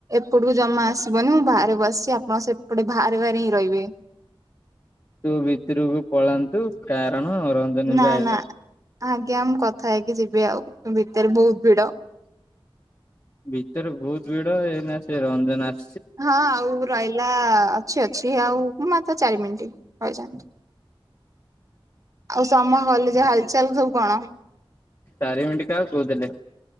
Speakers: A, on the right; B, on the left.
A: ଏପଟକୁ ଜମା ଆସିବନି ମୁଁ ବାହାରେ ବସିଚି, ଆପଣ ସେପଟେ ବାହାରେ ବାହାରେ ହିଁ ରହିବେ।
B: ତୁ ଭିତରକୁ ପଳାନ୍ତୁ କାରଣ ରଞ୍ଜନ
A: ନା
B: ଏବେ ଆଇଲା।
A: ନା ଆଜ୍ଞା ମୁଁ କଥା ହେଇକି ଯିବି ଆଉ, ଭିତରେ ବହୁତ ଭିଡ।
B: ଭିତରେ ବହୁତ ଭିଡ, ଏଇନା ସେ ରଞ୍ଜନ ଆସ
A: ହଁ ଆଉ ରହିଲା ଅଛି ଅଛି ଆଉ ମାତ୍ର ଚାରି ମିନିଟ୍ ରହିଯାଆନ୍ତୁ। ଆଉ ସମ କଲେଜ ହାଲଚାଲ ସବୁ କଣ?
B: ଚାରିମିଣ୍ଟି କାହାକୁ କହୁଥିଲେ?